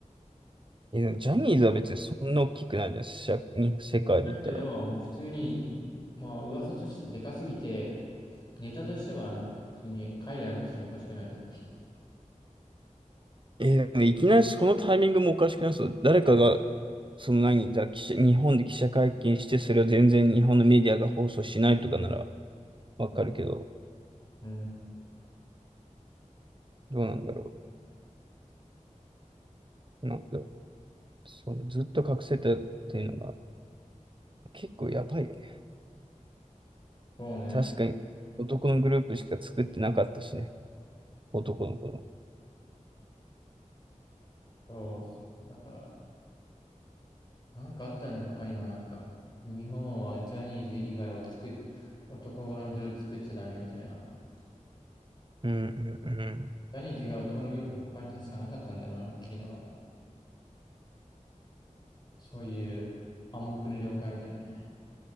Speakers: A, on the right; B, on the left.
A: いやでもジャニーズは別にそんな大きくないじゃん、社、に世界で言ったら。
B: だけど、もう普通に、まあ噂としてでかすぎて、ネタとしてはなんか普通に海外持っててもおかしくないなっていう。
A: え、でもいきなりこのタイミングもおかしくないそう。誰かが、その何、じゃあ記者、日本で記者会見して、それを全然日本のメディアが放送しないとかならわかるけど、
B: うん、
A: どうなんだろう。なんか、それずっと隠せたっていうのが結構やばいよね。
B: そうね。
A: 確かに、男のグループしか作ってなかったしね。男の子の。
B: そうそう。だから、なんかあったね、他にもなんか。日本はジャニーズ以外は作っ、男のグループ作っちゃダメみたいな。
A: うんうんうん。
B: ジャニーズ以外男のグループが他に確かなかったんだよな、大きいのが。そういう暗黙の了解みたいなね、